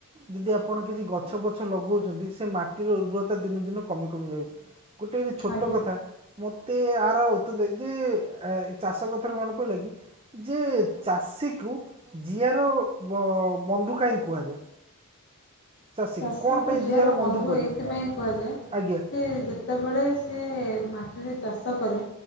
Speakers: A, on the right (about 25°); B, on the left (about 50°).
A: ଯଦି ଆପଣ କିଛି ଗଛ ଫଛ ଲଗୋଉଚନ୍ତି। ସେ ମାଟିର ଉର୍ବରତା ଦିନକୁ ଦିନ କମି କମି ଯାଉଚି। ଗୋଟେ ଏଇଠି ଛୋଟ
B: ଆଜ୍ଞା
A: କଥା। ମତେ ଆର ତେ ତ ଯେ ଚାଷ କଥାରୁ ମନେ ପ‌ଇଲା କି ଯେ ଚାଷୀକୁ ଜିଆର ବ-ବନ୍ଧୁ କାହିଁକି କୁହାଯାଏ। ଚାଷୀକୁ
B: ଚାଷୀଙ୍କୁ
A: କ'ଣ ପାଇଁ
B: ଯିଆର
A: ଜିଆର
B: ବନ୍ଧୁ
A: କୁହାଯାଏ
B: ଏଇଥିପାଇଁ କୁହାଯାଏ।
A: ଆଜ୍ଞା
B: ଯେ ଯେ ତେବେଳେ ସିଏ ମାଟିରେ ଚାଷ କରେ